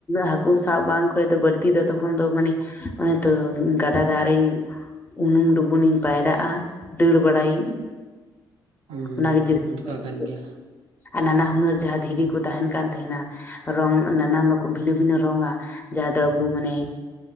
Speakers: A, on the left (about 20°); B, on the right (about 80°).
A: ᱦᱟᱹᱠᱩ ᱥᱟᱵ ᱵᱟᱝ ᱠᱷᱚᱡ ᱫᱚ ᱵᱟᱹᱲᱛᱤ ᱫᱚ ᱛᱚᱠᱷᱚᱱ ᱫᱚ ᱢᱟᱱᱮ ᱚᱱᱮ ᱛᱚ ᱜᱟᱰᱟ ᱫᱟᱜᱨᱤᱧ ᱩᱱᱩᱢ ᱰᱩᱵᱩᱱᱤᱱ ᱤᱧ ᱯᱟᱭᱨᱟᱜᱼᱟ ᱫᱟᱹᱲ ᱵᱟᱲᱟᱭᱟᱹᱧ,
B: ᱦᱩᱸ
A: ᱚᱱᱟᱜᱮ ᱡᱟᱹᱥᱛᱤ
B: ᱚᱱᱠᱟ
A: ᱵᱷᱟᱜᱮ ᱵᱩᱡᱷᱟᱹᱜ
B: ᱜᱮᱭᱟ
A: ᱠᱟᱱ ᱛᱟᱦᱮ, ᱟᱨ ᱱᱟᱱᱟ ᱦᱩᱱᱟᱹᱨ ᱡᱟᱦᱟᱸ ᱫᱷᱤᱨᱤ ᱠᱚ ᱛᱟᱦᱮᱸᱱ ᱠᱟᱱ ᱛᱟᱦᱮᱸᱱᱟ, ᱨᱚᱝ ᱱᱟᱱᱟᱱ ᱨᱚᱠᱚᱢ ᱵᱷᱤᱱᱟᱹ ᱵᱷᱤᱱᱟᱹ ᱨᱚᱝᱟ, ᱡᱟᱦᱟᱸ ᱫᱚ ᱟᱵᱚ ᱢᱟᱱᱮ